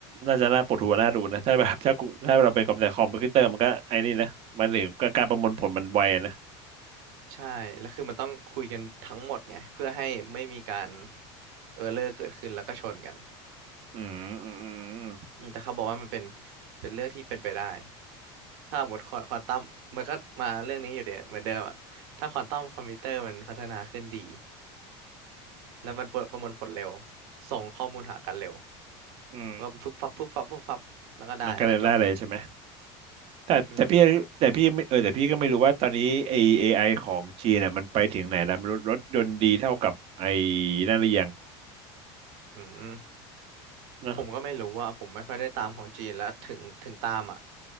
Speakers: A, on the right; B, on the right.
A: น่าจะน่าปวดหัวน่าดูนะถ้าแบบถ้ากูถ้าเราเป็นกับแต่คอมพิวเตอร์มันก็ไอ้นี่นะมันหรือก็การประมวลผลมันไวอะนะ
B: ใช่แล้วคือมันต้องคุยกันทั้งหมดไงเพื่อให้ไม่มีการเออเลอร์เกิดขึ้นแล้วก็ชนกัน
A: อืมอืมอืม
B: อืมแต่เขาบอกว่ามันเป็นเป็นเรื่องที่เป็นไปได้ ถ้าหมดควาควอนตัมมันก็มาเรื่องนี้อยู่เดียวเหมือนเดิมอะถ้าควอนตัมคอมพิวเตอร์มันพัฒนาขึ้นดีแล้วมันประประมวลผลเร็วส่งข้อมูลหากันเร็ว
A: อืม
B: ก็พึบฟับพึบฟับปุ๊บฟับแล้วก็ได้แล้วจบ
A: มันก็เลยได้เลยใช่ไหมแต่แต่พี่แต่พี่ไม่เออแต่พี่ก็ไม่รู้ว่าตอนนี้ไอเอไอของจีนเนี่ยมันไปถึงไหนแล้วไม่รู้รถยนต์ดีเท่ากับไอ
B: อืม
A: นั่นหรือยัง
B: อืม
A: เนาะ
B: ผมก็ไม่รู้ว่าผมไม่ค่อยได้ตามของจีนแล้วถึงถึงตามอ่ะ